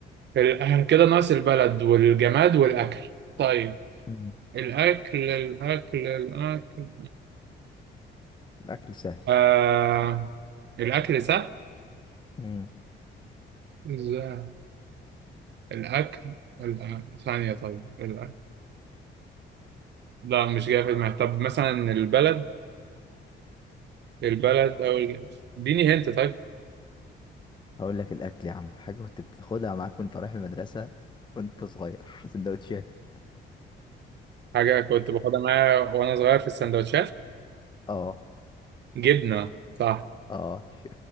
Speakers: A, on the right; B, on the left.
A: احنا كده ناقص البلد والجماد والأكل طيب
B: مم.
A: الأكل الأكل الأكل
B: الاكل سهل
A: آه الأكل سهل
B: مم.
A: إزاي؟ الأكل الأ- ثانية طيب الأكل لا مش جاي في دماغي طب مثلا البلد البلد أو الج- اديني هنت طيب
B: هقول لك الاكل يا عم حاجة كنت بتاخدها معاك وانت رايح المدرسة وانت صغير <laughs> سندوتشات
A: حاجة كنت باخدها معايا وأنا صغير في السندوتشات
B: اه
A: جبنة صح
B: اه ش-